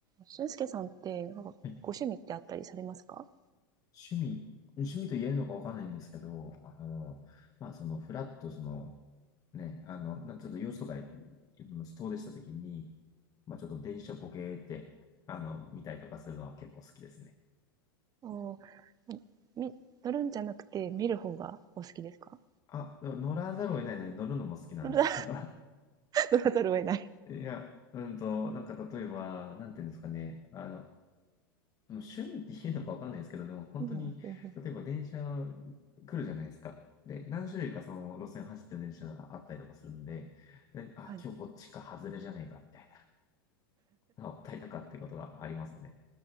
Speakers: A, on the right (about 30°); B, on the left (about 30°).
A: 俊介さんって、なんかご趣味ってあったりされますか
B: はい趣味、趣味と言えるのかわかんないんですけど、あの、まあ、その、フラッと、その、ね、あの、なちょっと用事とか、遠出したときに、まあ、ちょっと電車ボケーって、あの、見たりとかするのは結構好きですね。
A: おみ、乗るんじゃなくて見る方がお好きですか
B: あ、でも乗らざるを得ないので乗るのも好きなんですけど。
A: 乗ら
B: <laughs>
A: 乗らざるを得ない。
B: いや、うんと、なんか例えば、なんていうんですかね、あの、もう趣味って言うのかわかんないですけど、でも本当に、
A: うん、うんうん
B: 例えば電車来るじゃないですか。で、何種類かその路線走ってる電車があったりとかするんで、であ、
A: はい。
B: 今日こっちか外れじゃねえかみたいな、あったりとかってことがありますね。